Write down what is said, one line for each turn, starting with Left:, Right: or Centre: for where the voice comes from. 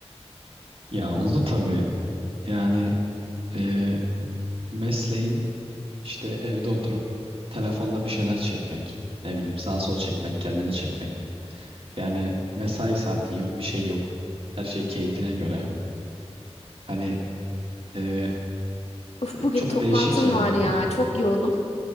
Right: Ya oldu tabii. Yani e, mesleğin işte evde oturup telefonla bir şeyler çekmek, ne bileyim sağ sol çekmek, kendini çekmek. Yani mesai saatin yok, bir şey yok. Her şey keyfine göre. Hani e,
Left: Uf bugün
Right: çok
Left: toplantım
Right: değişik ya.
Left: var ya çok yoğunum